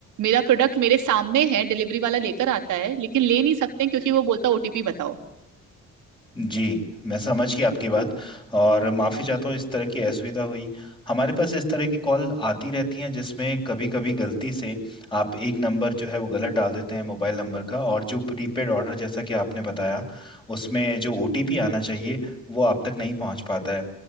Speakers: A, on the right (about 80°); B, on the left (about 15°).
A: मेरा प्रोडक्ट मेरे सामने है डिलीवरी वाला लेकर आता है लेकिन ले नहीं सकते क्योंकि वो बोलता ओटीपी बताओ
B: जी मैं समझ गया आपकी बात और माफ़ी चाहता हूँ इस तरह की असुविधा हुई हमारे पास इस तरह की कॉल आती रहती हैं जिसमें कभी कभी गलती से आप एक नंबर जो है वो गलत डाल देते हैं मोबाइल नंबर का और जो प्रीपेड ऑर्डर जैसा कि आपने बताया उसमें जो ओटीपी आना चाहिए वो आप तक नहीं पहुंच पाता है